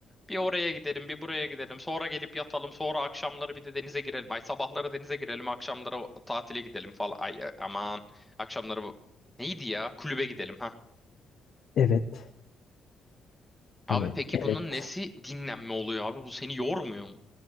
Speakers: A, in the centre; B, on the left (about 65°).
A: Bir oraya gidelim, bir buraya gidelim. Sonra gelip yatalım. Sonra akşamları bir de denize girelim. Ay sabahları denize girelim, akşamları tatile gidelim falan. Ay e, aman. Akşamları bu- neydi ya? Kulübe gidelim ha.
B: Evet.
A: Abi
B: Hani
A: peki
B: evet.
A: bunun nesi dinlenme oluyor abi? Bu seni yormuyor mu?